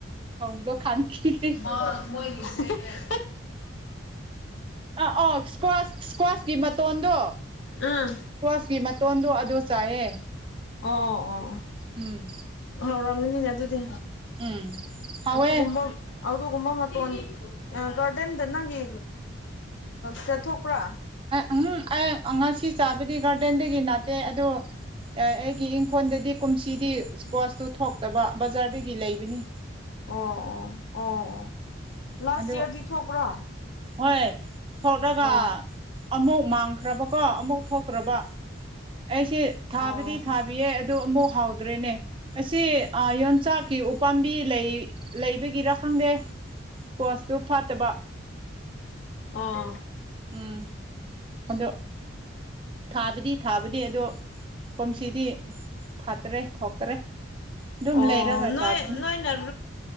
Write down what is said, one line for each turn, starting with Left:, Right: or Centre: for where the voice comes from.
Right: ꯊꯣꯡꯗꯣ ꯈꯥꯟꯈꯤꯒꯦ
Left: <inaudible> ꯃ ꯃꯣꯏꯒꯤ <unintelligible>
Right: ꯑꯥ ꯑ ꯏꯁꯀ꯭ꯋꯥꯁ ꯏꯁꯀ꯭ꯋꯥꯁꯀꯤ ꯃꯇꯣꯟꯗꯣ
Left: ꯎꯝ
Right: ꯏꯁꯀ꯭ꯋꯥꯁꯀꯤ ꯃꯇꯣꯟꯗꯣ ꯑꯗꯨꯗꯣ ꯆꯥꯏꯑ
Left: ꯑꯣ ꯑꯣ ꯑꯣ꯫
Right: ꯎꯝ
Left: ꯑ ꯔꯥꯝꯖꯅꯤꯅꯦ ꯑꯗꯨꯗꯤ
Right: ꯎꯝ ꯍꯥꯎꯋꯦ
Left: ꯑꯗꯨꯒꯨꯝꯕ ꯑꯗꯨꯒꯨꯝꯕ ꯃꯇꯣꯟ ꯒꯥꯔꯗꯦꯟꯗ ꯅꯪꯒꯤ ꯆꯠꯊꯣꯛꯄ꯭ꯔꯥ
Right: ꯎꯝ ꯑꯩ ꯉꯁꯤ ꯆꯥꯕꯗꯤ ꯒꯥꯔꯗꯦꯟꯗꯒꯤ ꯅꯠꯇꯦ ꯑꯗꯨ ꯑꯦ ꯑꯩꯒꯤ ꯏꯪꯈꯣꯜꯗꯗꯤ ꯀꯨꯝꯁꯤꯗꯤ ꯏꯁ꯭ꯀ꯭ꯋꯥꯁꯇꯨ ꯊꯣꯛꯇꯕ ꯕꯖꯥꯔꯗꯒꯤ ꯂꯩꯕꯅꯤ
Left: ꯑꯣ ꯑꯣ ꯑꯣ ꯑꯣ
Right: ꯎꯝ
Left: ꯂꯥꯁ
Right: ꯑꯗꯨ
Left: ꯏꯌꯥꯔꯗꯤ ꯊꯣꯛꯄ꯭ꯔꯣ꯫
Right: ꯍꯣꯏ ꯊꯣꯛꯂꯒ
Left: ꯑꯣ
Right: ꯑꯃꯨꯛ ꯃꯥꯡꯈ꯭ꯔꯕꯀꯣ ꯑꯃꯨꯛ ꯊꯣꯛꯇ꯭ꯔꯕ ꯑꯩꯁꯦ ꯊꯥꯕꯗꯤ
Left: ꯑꯣ
Right: ꯊꯥꯕꯤꯌꯦ ꯑꯗꯨ ꯑꯃꯨꯛ ꯍꯥꯎꯗ꯭ꯔꯦꯅꯦ ꯉꯁꯤ ꯌꯣꯟꯆꯥꯛꯀꯤ ꯎꯄꯥꯝꯕꯤ ꯂꯩ ꯂꯩꯕꯒꯤꯔꯥ ꯈꯪꯗꯦ ꯀꯣꯁꯇꯨ ꯐꯠꯇꯕ
Left: ꯑꯣ꯫
Right: ꯎꯝ ꯑꯗꯣ꯫ ꯊꯥꯕꯗꯤ ꯊꯥꯕꯗꯤ ꯑꯗꯣ ꯀꯝꯁꯤꯗꯤ ꯊꯥꯠꯇ꯭ꯔꯦ ꯊꯣꯛꯇ꯭ꯔꯦ ꯑꯗꯨꯝ
Left: ꯑꯣ
Right: ꯂꯩꯔꯒ
Left: ꯅꯣꯏ
Right: ꯆꯥꯕꯅꯤ
Left: ꯅꯣꯏ ꯅ